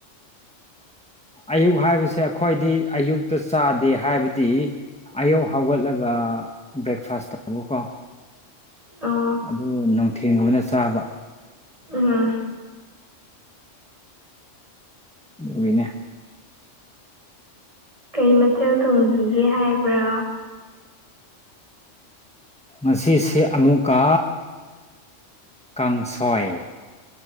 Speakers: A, in the centre; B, on the right.
A: ꯑꯌꯨꯛ ꯍꯥꯏꯕꯁꯦ ꯑꯩꯈꯣꯏꯗꯤ ꯑꯌꯨꯛꯇ ꯆꯥꯗꯦ ꯍꯥꯏꯕꯗꯤ꯫ ꯑꯌꯨꯛ ꯍꯧꯒꯠꯂꯒ ꯕ꯭ꯔꯦꯛꯐꯥꯁ ꯇꯧꯕꯀꯣ꯫
B: ꯑꯣ
A: ꯑꯗꯨ ꯅꯨꯡꯊꯦꯝꯒꯨꯝꯅ ꯆꯥꯕ꯫
B: ꯎꯝ
A: ꯑꯗꯨꯒꯤꯅꯦ
B: ꯀꯩ ꯃꯊꯦꯜ ꯊꯣꯡꯕꯤꯒꯦ ꯍꯥꯏꯕ꯭ꯔꯣ
A: ꯉꯁꯤꯁꯦ ꯑꯃꯨꯛꯀ ꯀꯥꯡꯁꯣꯏ